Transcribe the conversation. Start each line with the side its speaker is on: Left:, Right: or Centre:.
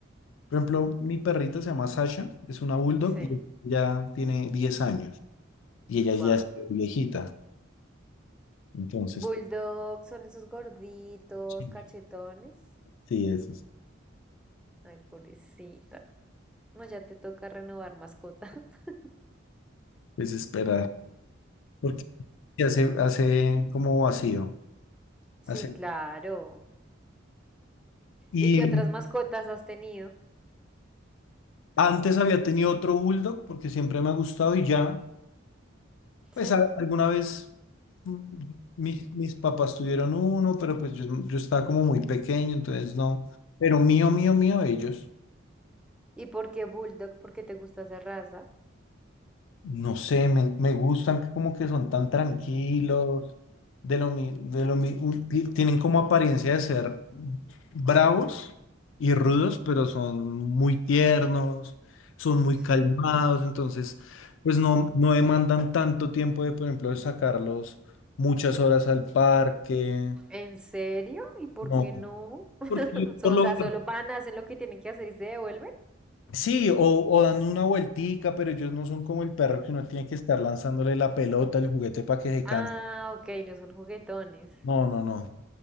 Left: Por ejemplo, mi perrita se llama Sasha, es una bulldog
Centre: Sí,
Left: y ya tiene 10 años y ella ya
Centre: wow.
Left: es viejita. Entonces,
Centre: Bulldogs
Left: pues,
Centre: son esos gorditos,
Left: sí,
Centre: cachetones.
Left: sí, eso.
Centre: Ay, pobrecita. No, ya te toca renovar mascota. <laughs>
Left: Desesperar. Porque hace, hace como vacío.
Centre: Sí,
Left: Hace...
Centre: claro.
Left: Y
Centre: ¿Y qué otras Sí. mascotas has tenido?
Left: antes había tenido otro bulldog porque siempre me ha gustado y ya, pues
Centre: ¿Sí?
Left: a- alguna vez mm, mis, mis papás tuvieron uno, pero pues yo, yo estaba como muy pequeño, entonces no. Pero mío, mío, mío, ellos.
Centre: ¿Y por qué Bulldog? ¿Por qué te gusta esa raza?
Left: No sé, me, me gustan como que son tan tranquilos, de lo mi- de lo mi- un- ti- tienen como apariencia de ser bravos y rudos, pero son muy tiernos, son muy
Centre: Sí.
Left: calmados, entonces pues no, no demandan tanto tiempo de, por ejemplo, de sacarlos muchas horas al parque,
Centre: ¿En serio? ¿Y por
Left: no,
Centre: qué no?
Left: porque ellos
Centre: So-
Left: por
Centre: O
Left: lo-
Centre: sea, solo van, hacen lo que tienen que hacer y se devuelven.
Left: Sí, o, o dando una vueltica, pero ellos no son como el perro que uno tiene que estar lanzándole la pelota, el juguete para que se canse.
Centre: Ah, ok, no son juguetones.
Left: No, no, no.